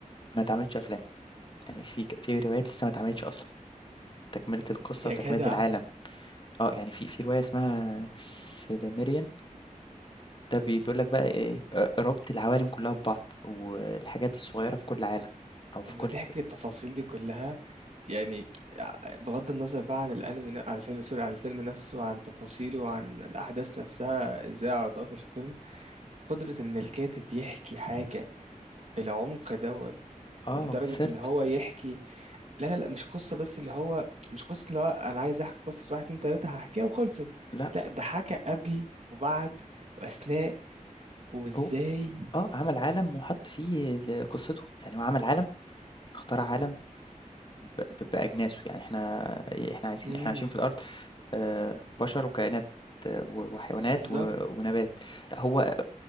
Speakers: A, on the left (about 35°); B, on the right (about 55°).
A: ما اتعملتش أفلام، يعني في ك في روايات لسه ما اتعملتش أصلًا، تكملة القصة
B: يا
A: وتكملة
B: جدع
A: العالم، آه يعني في في رواية اسمها سيلميريان ده بي بيقول لك بقى إيه آآ ربط العوالم كلّها ببعض، والحاجات الصغيّرة في كل عالم أو في
B: لما
A: كل
B: تحكي التفاصيل دي كلها يعني بغض النظر بقى عن الانمي عن الفيلم سوري عن الفيلم نفسه وعن تفاصيله وعن الاحداث نفسها ازاي عرضوها في الفيلم قدرة ان الكاتب يحكي حاجة بالعمق دوت ولدرجة
A: آه بسرت
B: ان هو يحكي لا لا لا مش قصة بس اللي هو مش قصة اللي هو انا عايز احكي قصة واحد اتنين تلاتة هحكيها وخلصت
A: لأ
B: لا ده حكى قبل وبعد واثناء وازاي
A: هو آه عمل عالم وحط فيه ال قصته، يعني هو عمل عالم، اخترع عالم ب ب بأجناسه، يعني إحنا إحنا عايزين
B: امم
A: إحنا عايشين في الأرض آآ بشر وكائنات آه، و وحيوانات
B: بالظبط
A: و ونبات، لأ هو